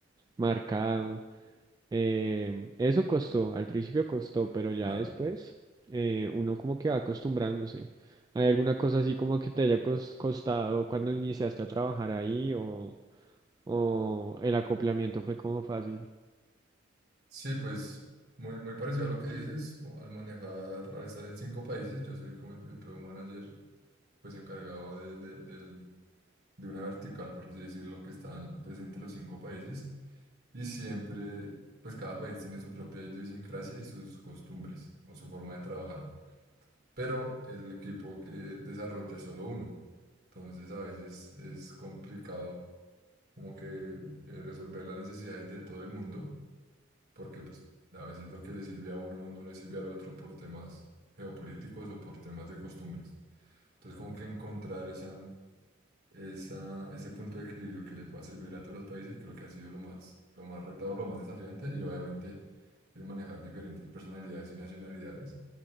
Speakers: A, on the right; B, on the right.
A: marcado. Eh, eso costó, al principio costó, pero ya
B: claro.
A: después eh, uno como que va acostumbrándose. ¿Hay alguna cosa así como que te haya cos- costado cuando iniciaste a trabajar ahí o, o el acoplamiento fue como fácil?
B: Sí, pues muy, muy parecido a lo que dices, o al manejar, al estar en cinco países, yo soy como el, el Product Manager, pues encargado de, de, del- de una vertical, por así decirlo, que están presentes los cinco países. Y siempre, pues cada país tiene su propia idiosincrasia y sus costumbres o su forma de trabajar. Pero el equipo que desarrolla es solo uno. Entonces a veces es complicado como que eh, resolver las necesidades de todo el mundo, porque pues, a veces lo que le sirve a uno no le sirve al otro por temas geopolíticos o por temas de costumbres. Entonces como que encontrar esa esa, ese punto de equilibrio que le pueda servir a todos los países, creo que ha sido lo más, lo más retador, lo más desafiante y obviamente el manejar diferentes personalidades y nacionalidades